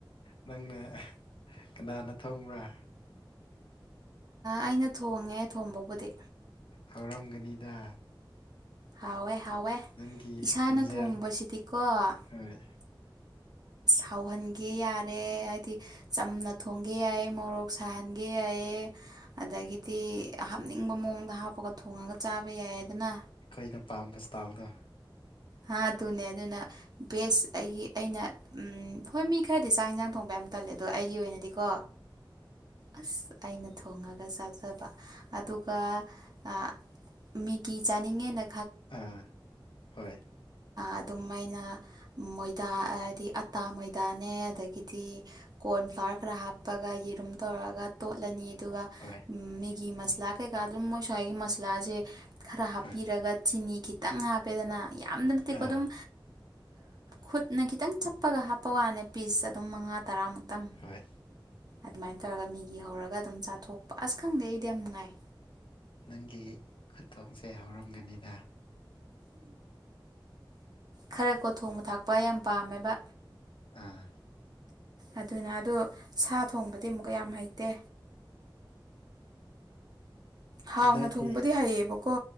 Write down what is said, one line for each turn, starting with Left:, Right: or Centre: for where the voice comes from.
Left: ꯅꯪꯅ ꯀꯅꯥꯅ ꯊꯪꯕ꯭ꯔꯥ
Right: ꯑꯩꯅ ꯊꯣꯡꯉꯦ ꯊꯣꯡꯕꯕꯨꯗꯤ
Left: ꯍꯧꯔꯝꯒꯅꯤꯗ
Right: ꯍꯥꯎꯋꯦ ꯍꯥꯎꯋꯦ
Left: ꯅꯪꯒꯤ
Right: ꯏꯁꯥꯅ
Left: ꯈꯣꯟꯖꯦꯜ
Right: ꯊꯣꯡꯕꯁꯤꯗꯤꯀꯣ ꯑ
Left: ꯍꯣꯏ
Right: ꯍꯥꯎꯍꯟꯒꯦ ꯌꯥꯔꯦ ꯍꯥꯏꯗꯤ ꯆꯝꯅ ꯊꯣꯡꯒꯦ ꯌꯥꯏ ꯃꯣꯔꯣꯛ ꯁꯥꯍꯟꯒꯦ ꯌꯥꯏ ꯑꯗꯒꯤꯗꯤ ꯍꯥꯞꯅꯤꯡꯕ ꯃꯑꯣꯡꯗ ꯍꯥꯞꯄꯒ ꯊꯣꯡꯉꯒ ꯆꯥꯕ ꯌꯥꯏꯗꯅ
Left: ꯈꯣꯏꯅ ꯄꯥꯝꯕ ꯏꯁ꯭ꯇꯥꯜꯗ
Right: ꯍꯥꯗꯨꯅꯦ ꯑꯗꯨꯅ ꯕꯦꯁ ꯑꯩꯒꯤ ꯑꯩꯅ ꯎꯝ ꯍꯣꯏ ꯃꯤ ꯈꯔꯗꯤ ꯆꯥꯛ ꯏꯟꯁꯥꯡ ꯊꯣꯡꯕ ꯌꯥꯝ ꯇꯜꯂꯦ ꯑꯗꯣ ꯑꯩꯒꯤ ꯑꯣꯏꯅꯗꯤꯀꯣ ꯑꯁ ꯑꯩꯅ ꯊꯣꯡꯉꯒ ꯆꯥꯖꯕ ꯑꯗꯨꯒ ꯑ ꯃꯤꯒꯤ ꯆꯥꯅꯤꯡꯉꯦꯅ
Left: ꯑꯥ ꯍꯣꯏ
Right: ꯑꯗꯨꯝ ꯃꯥꯏꯅ ꯃꯣꯏꯗꯥ ꯍꯥꯏꯗꯤ ꯑꯇꯥ ꯃꯣꯏꯗꯥꯅꯦ ꯑꯗꯒꯤꯗꯤ ꯀꯣꯔꯟꯐ꯭ꯂꯥꯋꯔ ꯈꯔ ꯍꯥꯞꯄꯒ ꯌꯦꯔꯨꯝ ꯇꯧꯔꯒ ꯇꯣꯠꯂꯅꯤ ꯑꯗꯨꯒ
Left: ꯍꯣꯏ
Right: ꯎꯝ ꯃꯦꯒꯤ ꯃꯁꯂꯥ ꯀꯩꯀꯥ ꯑꯗꯨꯝ ꯃꯣꯏ ꯁ꯭ꯋꯥꯏꯒꯤ ꯃꯁꯂꯥꯖꯦ ꯈꯔ ꯍꯥꯞꯄꯤꯔꯒ
Left: ꯍꯣꯏ
Right: ꯆꯤꯅꯤ ꯈꯤ ꯇꯪ ꯍꯥꯞꯄꯦꯗꯅ ꯌꯥꯝ ꯅꯠꯇꯦꯀꯣ
Left: ꯑꯥ
Right: ꯑꯗꯨꯝ ꯈꯨꯠꯅ ꯈꯤꯇꯪ ꯆꯞꯄꯒ ꯍꯥꯞꯄ ꯋꯥꯅꯦ ꯄꯤꯟꯁ ꯑꯗꯨꯝ ꯃꯉꯥ ꯇꯔꯥꯃꯨꯛꯇꯪ
Left: ꯍꯣꯏ
Right: ꯑꯗꯨꯃꯥꯏꯟ ꯇꯧꯔꯒ ꯃꯦꯒꯤ ꯍꯧꯔꯒ ꯑꯗꯨꯝ ꯆꯥꯊꯣꯛꯄ ꯑꯁ ꯈꯪꯗꯦ ꯑꯩꯗꯤ ꯌꯥꯝ ꯅꯨꯡꯉꯥꯏ
Left: ꯅꯪꯒꯤ ꯈꯨꯊꯣꯡꯁꯦ ꯍꯥꯎꯔꯝꯒꯅꯤꯗ
Right: ꯈꯔꯀꯣ ꯊꯣꯡꯕ ꯊꯥꯛꯄ ꯌꯥꯝ ꯄꯥꯝꯃꯦꯕ
Left: ꯑꯥ
Right: ꯑꯗꯨꯅ ꯑꯗꯨ ꯁꯥ ꯊꯣꯡꯕꯗꯤ ꯑꯃꯨꯛꯀ ꯌꯥꯝ ꯍꯩꯇꯦ ꯍꯥꯎꯅ
Left: ꯅꯣꯏꯗꯤ
Right: ꯊꯣꯡꯕꯗꯤ ꯍꯩꯌꯦꯕꯀꯣ